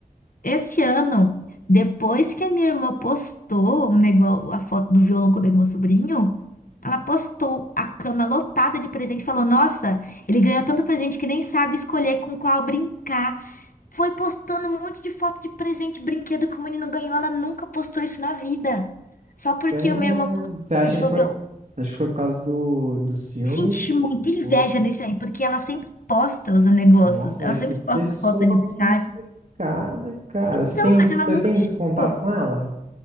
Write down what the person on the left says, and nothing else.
Esse ano, depois que a minha irmã postou um negócio, a foto do violão que eu dei pro meu sobrinho, ela postou a cama lotada de presente e falou: Nossa, ele ganhou tanto presente que nem sabe escolher com qual brincar. Foi postando um monte de foto de presente, brinquedo que o menino ganhou. Ela nunca postou isso na vida. Só porque
a minha irmã postou
o
vídeo
do
violão.
Senti muita inveja
nisso aí, porque ela sempre posta os negócios.
Ela
sempre
posta as fotos de aniversário.
Então,
mas ela
nunca
chegou.